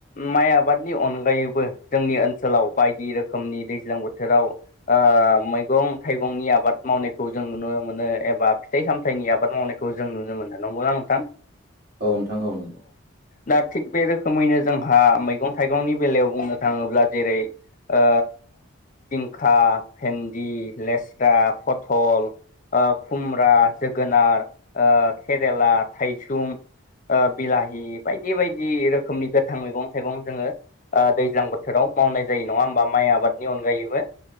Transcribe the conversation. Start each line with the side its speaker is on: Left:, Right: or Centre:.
Left: माइ आबादनि अनगायैबो जोंनि ओनसोलाव बायदि रोखोमनि दैज्लां बोथोराव ओ ओ मैगं-थाइगंनि आबा मावनायखौ जों नुनो मोनो एबा फिथाइ-सामथाइनि आबाद मावनायखौ जों नुनो मोनो नंगौना नोंथां?
Right: औ नोंथां औ नंगौ।
Left: दा थिग बे रोखोमैनो जोंहा मैगं थाइगंनि बेलायाव बुंनो थाङोब्ला जेरै ओ जिंखा, भेन्दि, लेस्रा, फथल खुमब्रा, जोगोनार, केरेला, थाइसुम ओ बिलाहि बायदि -बायदि रोखोमनि गोथां मैगं -थाइगं जोङो ओ दैज्लां बोथोराव मावनाय जायो नङा होमबा? माइ आबादनि अनगायैबो